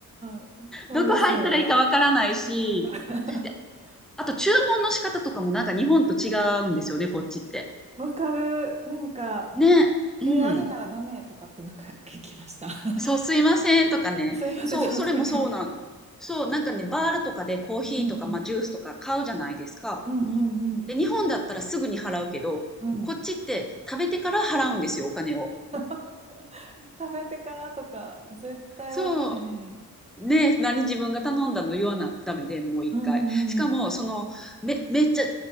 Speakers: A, on the right; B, in the centre.
A: んそうですよね。
B: どこ入ったらいいかわからないし、
A: <laughs>
B: で、あと注文の仕方とかもなんか日本と違うんですよね、こっちって。
A: わかる。なんか、
B: ね。
A: 手あげたらダメとかってなんか聞きました。
B: うん。
A: <laughs>
B: そう、すいませんとかね。
A: すいません、
B: そう、
A: そうそうそう。
B: それもそうなん。そう、なんかね、バールとかでコーヒーとか、
A: うんうん。
B: まあ、ジュースとか買うじゃないですか。
A: うんうんうん。
B: で、日本だったらすぐに払うけど、
A: うん。
B: こっちって食べてから払うんですよ、お金を。
A: <laughs> 食べてからとか、絶対わからへん。
B: そう。ね、何自分が頼んだの言わなダメで、もう一回。
A: うんうんうんうん。
B: しかも、その、め、めっちゃ、